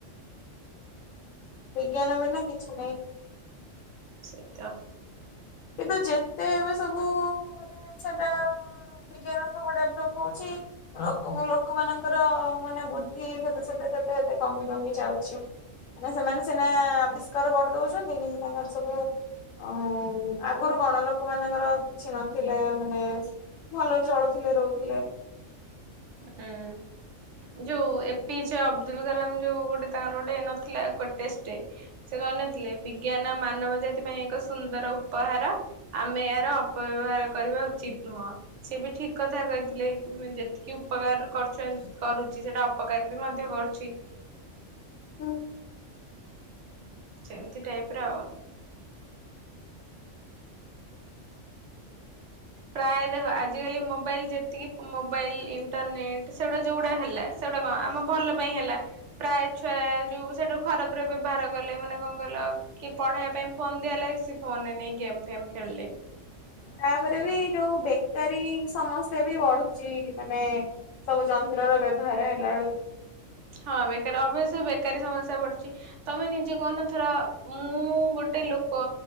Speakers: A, on the left; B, on the right.
A: ବିଜ୍ଞାନ ବିନା କିଛି ନାହିଁ।
B: ସେଇଟା।
A: କିନ୍ତୁ ଯେତେ ଏବେ ସବୁ ମାନେ ସେଟା ବିଜ୍ଞାନ ସବୁ ଡେଭଲପ ହଉଛି ଲୋକ ଲୋକମାନଙ୍କର ମାନେ ବୁଦ୍ଧି ସେତେ ସେତେ ସେତେ ସେତେ କମି କମି ଯାଉଛି। ମାନେ ସେମାନେ ସିନା ଆବିଷ୍କାର କରି ଦଉଛନ୍ତି। କିନ୍ତୁ ତାଙ୍କର ସବୁ ଅ ଆଗରୁ କଣ ଲୋକ ମାନଙ୍କର କିଛି ନଥିଲା ମାନେ ଭଲରେ ଚଳୁଥିଲେ ରହୁଥିଲେ।
B: ହୁଁ ଯୋଉ ଏ ପିଚ ଅବଦୁଲ କାଲାମ ଯୋଉ ଗୋଟେ ତାଙ୍କର ଗୋଟେ ନଥିଲା ଟେଷ୍ଟ। ସେ କହିନଥିଲେ ବିଜ୍ଞାନ ମାନବ ଜାତି ପାଇଁ ଏକ ସୁନ୍ଦର ଉପହାର। ଆମେ ଏହାର ଅପବ୍ୟବହାର କରିବା ଉଚିତ ନୁହଁ। ସେ ବି ଠିକ କଥା କହିଥିଲେ। ମାନେ ଯେ କି ଉପକାର କରୁଛ କରୁଛି ସେଇଟା ଅପକାର ବି ମଧ୍ୟ କରୁଛି।
A: ହୁଁ।
B: ସେମତି ଟାଇପର ଆଉ। ପ୍ରାୟ ଦେଖ ଆଜିକାଲି ମୋବାଇଲ ଯେତିକି ମୋବାଇଲ ଇଣ୍ଟରନେଟ ସେଗୁଡା ଯୋଉଗୁଡା ହେଲା। ସେଗୁଟା କଣ ଆମ ଭଲ ପାଇଁ ହେଲା। ପ୍ରାୟ ଛୁଆ ଯୋଉ ସେଇଟା ଖରାପରେ ବ୍ୟବହାର କଲେ ମାନେ କଣ କହିଲ କି ପଢେଇବା ପାଇଁ ଫୋନ୍ ଦିଆ ହେଲା ସ ଫୋନରେ ନେଇ ଗେମ୍ ଫେମ୍ ଖେଳିଲେ।
A: ତାପରେବି ଯୋଉ ବେକାରୀ ସମସ୍ୟାବି ବଢ଼ୁଚି ମାନେ ସବୁ ଯନ୍ତ୍ରର ବ୍ୟବହାର ହେଲା ଆଳକୁ
B: ହଁ ବେକାରୀ ଅଭଶ୍ୟ ବେକାରୀ ସମସ୍ୟା ପଡ଼ୁଚି। ତମେ ନିଜେ କହନ ଥର ମୁଁ ଗୋଟେ ଲୋକ